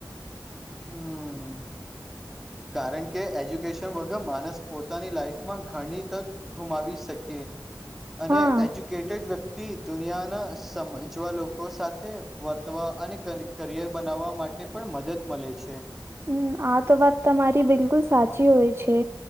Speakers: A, in the centre; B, on the right.
A: હમ કારણ કે એજ્યુકેશન વગર માનસ પોતાની લાઈફમાં ઘણી તક ગુમાવી શકીએ. અને
B: હા
A: એજ્યુ કેટેડ વ્યક્તિ દુનિયાના સમજવા લોકો સાથે વર્તવા અને કરિયર બનાવવા માટે પણ મદદ મળે છે.
B: હમ આ તો વાત તમારી બિલકુલ સાચી હોય છે.